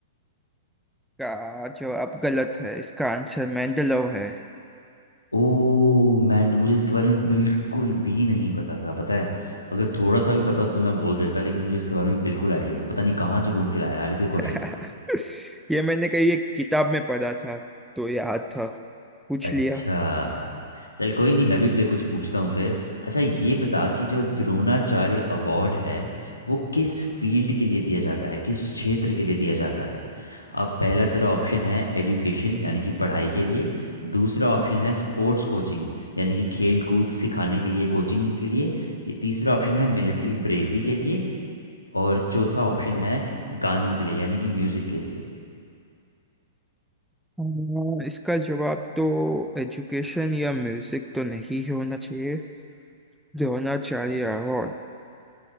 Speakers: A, in the centre; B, on the left.
A: का जो अब गलत है इसका आंसर मेंडेलीव है
B: ओ मैंड मुझे इसके बारे में बिल्कुल भी नहीं पता था पता है अगर थोड़ा सा भी पता होता तो मैं बोल देता लेकिन मुझे इसके बारे में बिल्कुल आइडिया नहीं था पता नहीं कहाँ से ढूंढ के लाया यार ये क्वेश्चन
A: <laughs> ये मैंने कहीं एक किताब में पढ़ा था तो याद था पूछ
B: अच्छा
A: लिया
B: चल कोई नहीं मैं भी तुझे कुछ पूछता हूँ फिर अच्छा ये बता कि जो द्रोणाचार्य अवार्ड है वो किस फील्ड के लिए दिया जाता है किस क्षेत्र के लिए दिया जाता है अब पहला तेरा ऑप्शन है एजुकेशन यानी कि पढ़ाई के लिए दूसरा ऑप्शन है स्पोर्ट्स कोचिंग यानी कि खेल कूद सिखाने के लिए कोचिंग के लिए ये तीसरा ऑप्शन है मिलिट्री ब्रेवरी के लिए और चौथा ऑप्शन है गानों के लिए यानी कि म्यूजिक के लिए
A: अ, इसका जवाब तो एजुकेशन या म्यूजिक तो नहीं होना चाहिए द्रोणाचार्य अवार्ड